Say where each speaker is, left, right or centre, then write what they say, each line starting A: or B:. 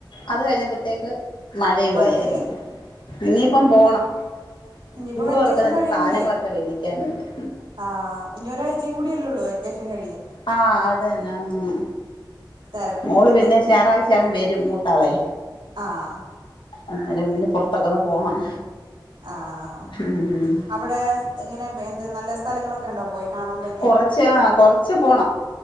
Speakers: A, on the left (about 80°); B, on the right (about 85°).
A: അത് കഴിഞ്ഞപ്പത്തേക്ക് മഴയു
B: മഴയായി
A: ആയാർന്നു ഇഞിപ്പം പോണം
B: ഇനിയിപ്പോ
A: സ്കൂള്
B: വെക്കേഷൻ
A: തൊറക്ക്ന്ന
B: കഴിയൂലേ
A: സാനങ്ങളൊക്ക വേടിക്കാന്ണ്ട്
B: ആഹ് ഇഞ്ഞൊരാഴ്ചീം കൂടി അല്ലൊള്ളു വെക്കേഷൻ കഴിയാൻ
A: ആഹ് അത് എന്നെ ആഹ് ആഹ്
B: തിരക്കും
A: മോള്
B: കൂടും
A: പിന്നെ ശാറാഴ്ച ആവും വരും മൂത്താളെ
B: ആഹ്
A: അന്നെരം പിന്നെ പൊറത്തൊക്കൊന്ന് പോണം
B: ആഹ്
A: ഉം
B: അവടേ സ് ഇങ്ങനെ വേന്ത് നല്ല സ്ഥലങ്ങളൊക്കണ്ടൊ പോയി കാണാൻ പറ്റിയ
A: കൊറച്ച് ആഹ് കൊറച്ച് പോണം